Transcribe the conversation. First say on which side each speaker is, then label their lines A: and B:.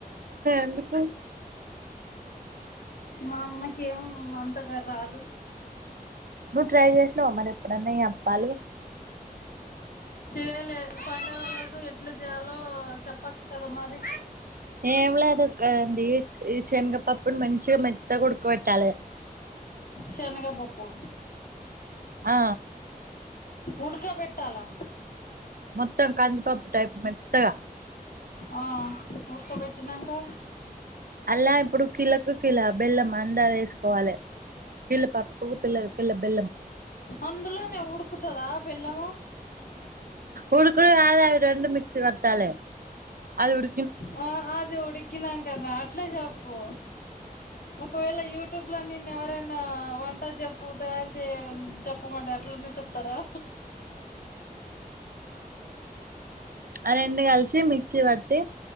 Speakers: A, on the right (about 70°); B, on the left (about 75°).
A: ఎందుకు
B: మా అమ్మకి ఏం మన్ తగా రాదు
A: నువ్ ట్రై చేసినావా మరి ఎప్పుడన్నా ఈ అప్పాలు
B: చేయలే పండుగ రోజు ఎట్లా చెయ్యాలో చెప్పచ్చు కదా మరి
A: ఏం లేదు గదేంది ఈ చెనగపప్పును మంచిగా మెత్తగ ఉడక పెట్టాలి
B: షెనగపప్పు
A: ఆ
B: ఉడకబెట్టాల
A: త్తం కందిపప్పు టైప్ మెత్తగా
B: ఆ ఉడకబెట్టినాంకా
A: అల్లా ఇప్పుడు కిళలకు కిల బెల్లం అందాజు ఏసుకోవాలే కిళ పప్పుకు పిల్ల కిల బెల్లం
B: అందులోనే ఉడుకుతదా బెల్లము
A: ఉడుకుడు గాదు అవి రొండు మిక్స్ గొట్టాలే అది ఉడ
B: ఆ అది ఉడుకినంకనా ట్లే జొప్పు ఒకవేళ యూట్యూబ్ లో నిన్నేవరైనా వంట జొప్పు తయారు చేయడం చెప్పమంటే అట్లనే చెప్తారా
A: అ రెండు కలిసి మిక్సీ వట్టి